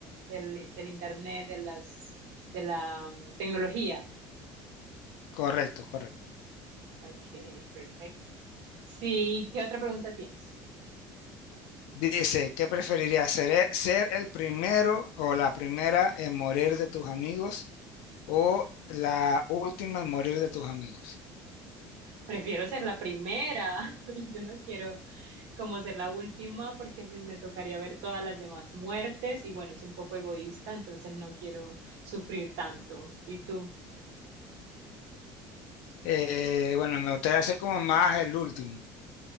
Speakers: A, on the right; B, on the left.
A: del, del internet, de las, de la mm, tecnología?
B: Correcto, correcto.
A: Ok, perfecto. Sí, ¿qué otra pregunta tienes?
B: Dice, ¿qué preferirías? ¿Ser, e, ser el primero o la primera en morir de tus amigos o la última en morir de tus amigos?
A: Prefiero ser la primera. <laughs> Yo no quiero como ser la última porque se- me tocaría ver todas las demás muertes y bueno, es un poco egoísta, entonces no quiero sufrir tanto. ¿Y tú?
B: Eh, bueno, me gustaría ser como más el último.